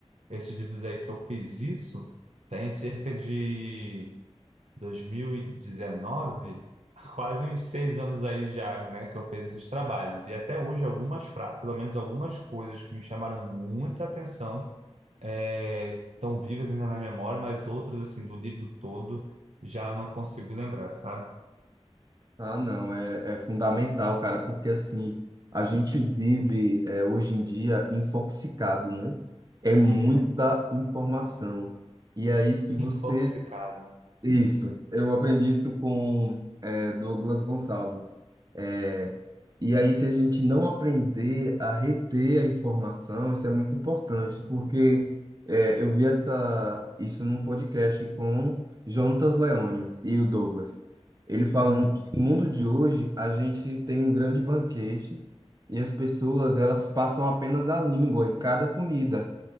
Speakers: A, on the right; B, on the right.
A: esses livros aí que eu fiz isso tem cerca de 2019, quase uns seis anos aí já, né, que eu fiz esses trabalhos. E até hoje algumas frases, pelo menos algumas coisas que me chamaram muita atenção, é, estão vivas ainda na memória, mas outras, assim, do livro todo já não consigo lembrar, sabe?
B: Ah, não, é, é fundamental, cara, porque assim, a gente vive é, hoje em dia infoxicado, né? É muita
A: Uhum.
B: informação. E aí, se você.
A: Infoxicado.
B: Isso, eu aprendi isso com é, Douglas Gonçalves. É, e aí, se a gente não aprender a reter a informação, isso é muito importante, porque é, eu vi essa, isso num podcast com Jonatas Leônio e o Douglas. Ele falando
A: Uhum.
B: que no mundo de hoje a gente tem um grande banquete e as pessoas elas passam apenas a língua em cada comida.